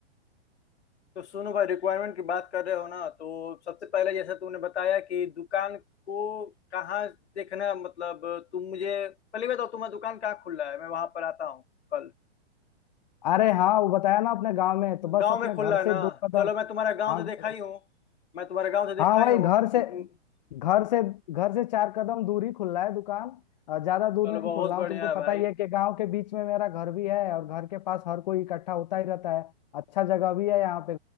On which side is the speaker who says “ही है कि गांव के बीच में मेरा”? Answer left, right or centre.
Left